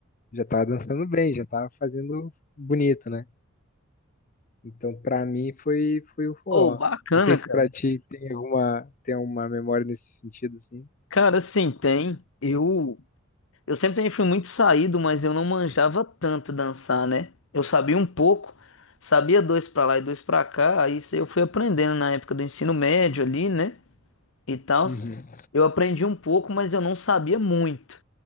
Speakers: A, on the left; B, on the left.
A: já tava dançando bem, já tava fazendo bonito, né? Então pra mim foi foi o forró.
B: Ô, bacana,
A: Não sei se
B: cara.
A: pra ti tem alguma tem uma memória nesse sentido assim.
B: Cara, sim, tem. Eu. Eu sempre também fui muito saído, mas eu não manjava tanto dançar, né? Eu sabia um pouco, sabia dois pra lá e dois pra cá, aí isso eu fui aprendendo na época do ensino médio ali, né? E tal.
A: Uhum,
B: Eu aprendi um pouco, mas eu não sabia muito.